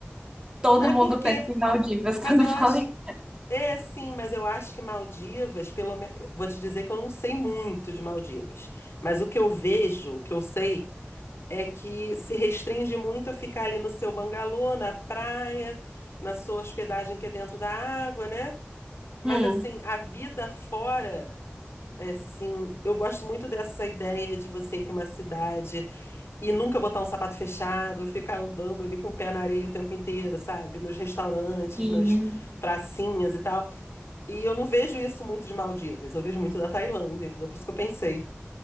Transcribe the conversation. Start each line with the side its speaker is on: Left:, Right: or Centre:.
Right: Todo
Left: Não é
Right: mundo
Left: porque,
Right: pensa em Maldivas
Left: mas
Right: <laughs> quando
Left: eu
Right: fala
Left: acho,
Right: em...
Left: é sim, mas eu acho que Maldivas, pelo menos, vou te dizer que eu não sei muito de Maldivas, mas o que eu vejo, o que eu sei, é que se restringe muito a ficar ali no seu bangalô, na praia, na sua hospedagem que é dentro da água, né? Mas
Right: Hum,
Left: assim, a vida fora É, sim. Eu gosto muito dessa ideia de você ir para uma cidade e nunca botar um sapato fechado, ficar andando ali com o pé na areia o tempo inteiro, sabe? Nos restaurantes,
Right: sim.
Left: nas pracinhas e tal. E eu não vejo isso muito de Maldivas, eu vejo muito da Tailândia, entendeu? Por isso que eu pensei.